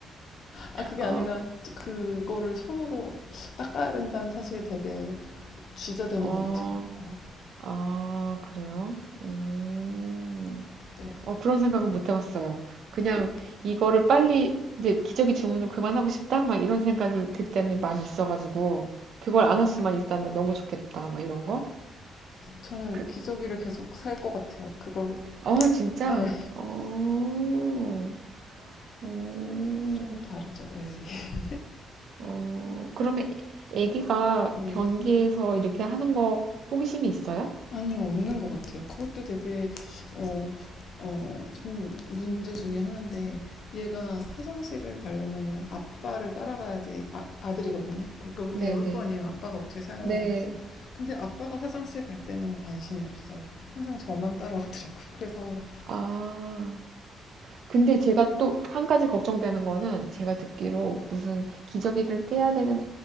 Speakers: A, on the left; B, on the right.
A: 아 그게
B: 어,
A: 아니라 그, 그거를 손으로 닦아야 된다는 사실이 되게 주저되는
B: 어,
A: 것 같아요. 아,
B: 아, 그래요? 음.
A: 네.
B: 어, 그런 생각은 못 해봤어요. 그냥
A: 그-
B: 이거를 빨리 이제 기저귀 주문을 그만하고 싶다? 막 이런 생각이 그때는 많이 있어가지고 그걸 안 할 수만 있다면 너무 좋겠다. 막 이런 거.
A: 저는
B: 그,
A: 기저귀를 계속 살 것 같아요. 그걸
B: 어, 진짜?
A: 아, 예.
B: 어, 어,
A: 좀 다르죠. 예.
B: 어. 그러면 애기가
A: 네.
B: 변기에서 이렇게 하는 거 호기심이 있어요?
A: 아니요, 없는 것 같아요. 그것도 되게 어, 어, 좀 문제 중에 하나인데 얘가 화장실을 가려면은 아빠를 따라가야지 아, 아들이거든요. 그걸
B: 네네.
A: 배울 거 아니에요. 아빠가 어떻게 사용하는지.
B: 네. 네.
A: 근데 아빠가 화장실 갈 때는 관심이 없어요. 항상 저만 따라오더라고요. 그래서
B: 아. 근데 제가 또 한 가지 걱정되는 거는 제가 듣기로 무슨 기저귀를 떼야 되는